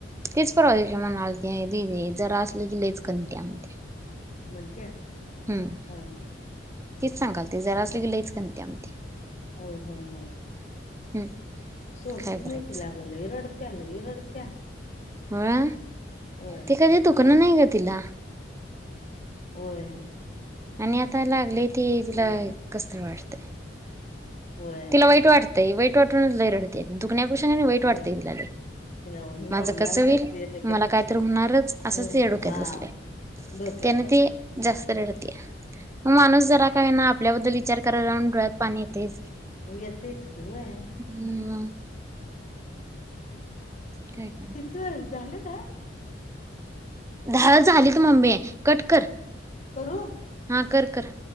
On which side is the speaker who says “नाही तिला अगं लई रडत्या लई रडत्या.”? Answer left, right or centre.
Left